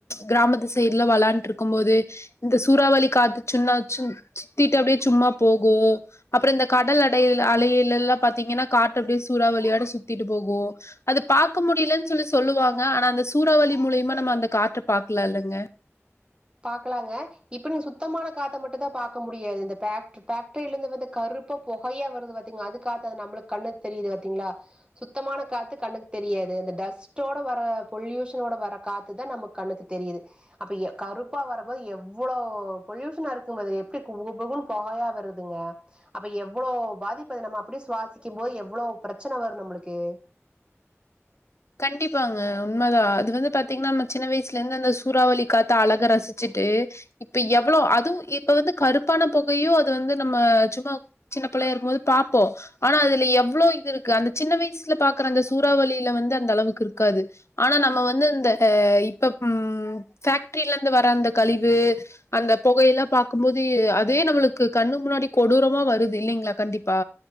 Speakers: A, on the left; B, on the right.
A: கிராமத்து சைட்ல்லா வெளாண்டுட்டுருக்குபோது இந்த சூறாவளி காத்து சுன்னா சும் சுத்திட்டு அப்டியே சும்மா போகு அப்புறோ இந்த கடல் அடை அலையில எல்லா பாத்திங்கன்னா காற்று அப்டியே சூறாவ வழியாட்டோ சுத்திட்டு போகு அது பாக்க முடிலன்னு சொல்லி சொல்லுவாங்க ஆனா அந்த சூறாவளி மூலியமா நம்ம அந்த காற்ற பாக்ல இல்லங்க
B: பாக்லாங்க இப்ப நீ சுத்தமான காத்த மட்டுதா பாக்கா முடியாது இந்த பேக் பேக்ட்ரிலந்து வந்து கரு இப்ப புகையா வருது பாத்தீங் அதுகாத்து அது நம்மளுக்கு கண்ணு தெரியுது பாத்திங்ளா சுத்தமான காத்து கண்ணுக்கு தெரியாது அந்த டஸ்ட் டஸ்டோட வர பொல்யூஷனோட வர காத்துதா நமக்கு கண்ணுக்கு தெரியுது அப்ப கருப் பா வரபோது எவ்ளோ பொல்யூஷனா இருக்குமது எப்டிகுபுகுபுன்னு பொகையா வருதுங்க அப்ப எவ்ளோ பாதிப்பது நம்ம அப்டியே சுவாசிக்கு போது எவ்வளோ பிரச்சன வரு நம்ளுக்கு
A: கண்டிப்பாங்க உண்மதா அது வந்து பாத்திங்ன்னா நம்ம சின்ன வயசுலருந்து அந்த சூறாவளி காத்த அழக ரசிச்சுட்டு இப்ப எவ்வளோ அதுவு இப்ப வந்து கருப்பான புகையு அது வந்து நம்ம சும்மா சின்ன பிள்ளையா இருக்கு போது பாப்போ ஆனா அதுல எவ்ளோ இது இருக்கு அந்த சின்ன வயசுல பாக்குற அந்த சூறாவளியில வந்து அந்த அளவுக்கு இருக்காது ஆனா நம்ம வந்து இந்த இப்ப ம் பேக்ட்ரிலருந்து வர அந்த கழிவு அந்த புகையெல்லா பாக்கும்போது அதே நம்மளுக்கு கண்ணு முன்னாடி கொடூரமா வருது இல்லிங்ளா கண்டிப்பா